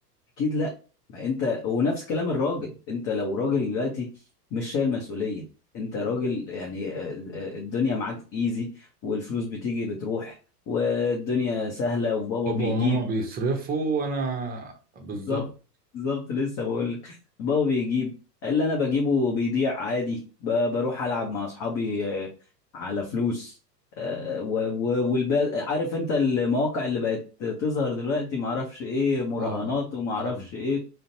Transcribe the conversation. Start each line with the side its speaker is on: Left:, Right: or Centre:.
Left: اكيد لا ما انت ونفس كلام الراجل انت لو راجل دلوقتي مش شايل مسؤوليه انت راجل يعني آه، آه، الدنيا معاك ايزي والفلوس بتيجي بتروح والدنيا سهله وبابا
Right: بابا
Left: بيجيب
Right: وماما بيصرفوا وأنا بالظبط
Left: بالظبط بالظبط لسه بقول لك بابا بيجيب اللي انا بجيبه بيضيع عادي ب- بروح العب مع اصحابي آه، على فلوس آه، و- و- والب عارف انت المواقع اللي بقت تظهر دلوقتي معرفش ايه مراهنات
Right: آه
Left: ومعرفش
Right: آه
Left: ايه